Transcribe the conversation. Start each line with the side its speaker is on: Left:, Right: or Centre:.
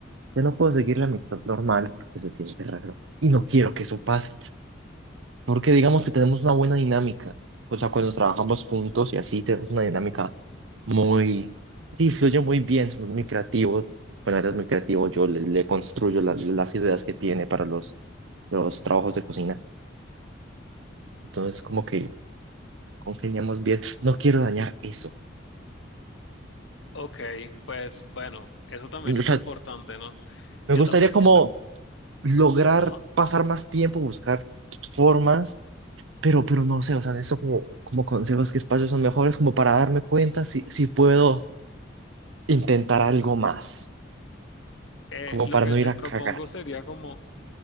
Right: yo no puedo seguir la amistad normal porque se siente raro y no quiero que eso pase, porque digamos que tenemos una buena dinámica, o sea, cuando trabajamos juntos y así tenemos una dinámica muy, sí, fluye muy bien, somos muy creativos, bueno, eres muy creativo, yo le, le construyo las, las ideas que tiene para los, los trabajos de cocina, entonces como que congeniamos bien, no quiero dañar eso,
Left: Ok, pues bueno, eso también
Right: o
Left: es
Right: sea,
Left: importante, ¿no?
Right: me
Left: Yo
Right: gustaría
Left: también
Right: como
Left: siento,
Right: lograr
Left: ajá,
Right: pasar más tiempo, buscar formas, pero, pero no sé, o sea, eso como, como consejos que espacios son mejores, como para darme cuenta si, si puedo intentar algo más,
Left: eh,
Right: como
Left: lo
Right: para
Left: que
Right: no
Left: te
Right: ir a
Left: propongo
Right: cagar.
Left: sería como